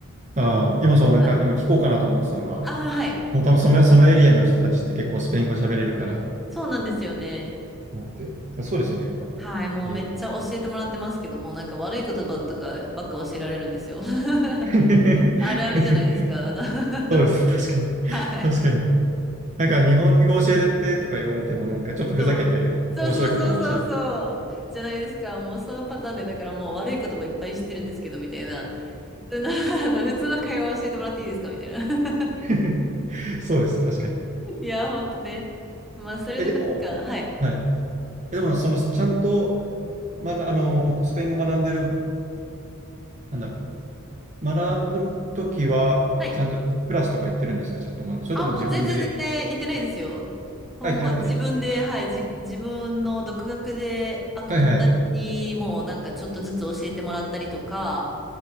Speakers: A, on the right; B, in the centre.
A: ああ、今そう、
B: はい。
A: なんか、今聞こうかなと思ってたのが、
B: ああ、はい。
A: もう多分その、そのエリアの人たちって結構スペイン語喋れるから、
B: そうなんですよね。
A: 思って。そうですよね、やっぱ。
B: はい。もうめっちゃ教えてもらってますけども、
A: へえ。
B: なんか悪い言葉とかばっか教えられるんですよ。<laughs>
A: <laughs>
B: あるあるじゃないですか。あの
A: そうですね、
B: <laughs>
A: 確かに。
B: はい。
A: 確かに。なんか日本語教えてとか言われてもなんかちょっとふざけてお面白い言葉を教えて。
B: そう、そうそうそうそうそう。じゃないですか。もうそのパターンで、だからもう悪い言葉いっぱい知ってるんですけど、みたいな。普通の、<laughs> あの、普通の会話を教えてもらっていいですかみたいな。<laughs>
A: <laughs> そうです、確かに。
B: いや、ほんとね。まあ、それでなんか、
A: え、でも、
B: はい。
A: はい。え、でも、その、ちゃんと、まあの、スペイン語学んでる、んなんだろう。学ぶときは、
B: はい。
A: ちゃんとクラスとか行ってるんですかちゃんと学、それとも自分で、
B: あ、もう全然全然言ってないですよ。もう、
A: あ、行ってなくて。
B: もう自分で、はい、じ、自分の独学で、あと友達にもうなんかちょっとずつ教えてもらったりとか、
A: はいはい。